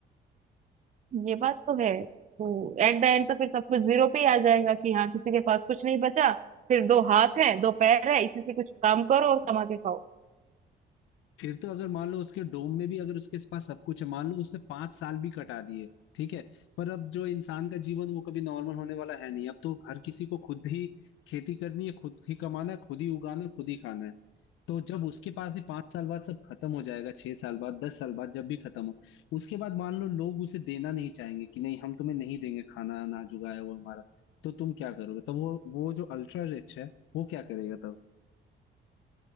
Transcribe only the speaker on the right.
ये बात तो है तो एट द एंड तो फिर सब कुछ जीरो पे ही आ जाएगा कि हाँ किसी के पास कुछ नहीं बचा सिर्फ दो हाथ है दो पैर है इसी से कुछ काम करो और कमा के खाओ